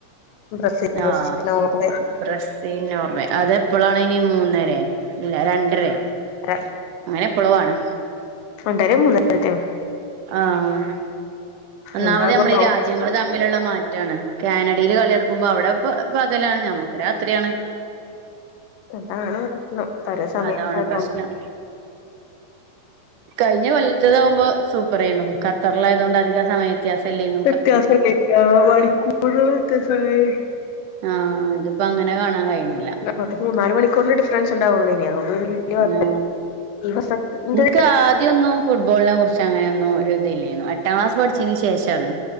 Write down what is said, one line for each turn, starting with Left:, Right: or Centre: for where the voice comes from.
Left: <unintelligible>
Right: ആഹ് ബ്രസീൽ നോർവേ അതെപ്പോളാണിനി മൂന്നരേ ഇല്ലാ രണ്ടരേ
Left: അരേ
Right: അങ്ങനെപ്പളൊആണ്
Left: രണ്ടറെ മൂന്നാരേറ്റോ
Right: ആഹ ഒന്നാമത്
Left: എന്താകുവോ
Right: നമ്മളീ രാജ രാജ്യങ്ങള് തമ്മിലുള്ള മാറ്റാണ് കാനഡയില് കളിഅടക്കുമ്പോൾ അവിടെപ്പൊ പകലാണ് നമുക്ക് രാത്രിയാണ്
Left: അതാണ് പ്രശ്നം പലേ സമയത്തയതൊണ്ടേ
Right: അതാണ് പ്രശ്നം കഴിഞ്ഞ കൊല്ലത്തതാവുമ്പോ സൂപ്പറേന്നു ഖത്തറിലായതോണ്ട് അധികം സമയം വ്യത്യാസല്ലെന്നു
Left: വെത്യാസം ണ്ടെന്നു മണിക്കൂർള് വ്യത്യാസ ള്ളേനി
Right: ആഹ് ഇതിപ്പോ അങ്ങനെ കാണാൻ കഴിയുന്നില്ല
Left: മൊത്തത്തി മൂന്നാല് മണിക്കൂറിന്റെ ഡിഫറൻസ് ഉണ്ടാവുള്ളെനി അതുകൊണ്ട് പിന്നെ വല്യ കുഴപ്പല്ല
Right: ആ
Left: ഈ വർഷത്തിന്റെ
Right: ഇൻക്ക് ആദ്യൊന്നും ഫുട്ബോളിനെ കുറിച്ച് അങ്ങനൊന്നും ഒരു ഇതില്ലേരുന്നു എട്ടാം ക്ലാസ് പഠിച്ചേന് ശേഷാണ്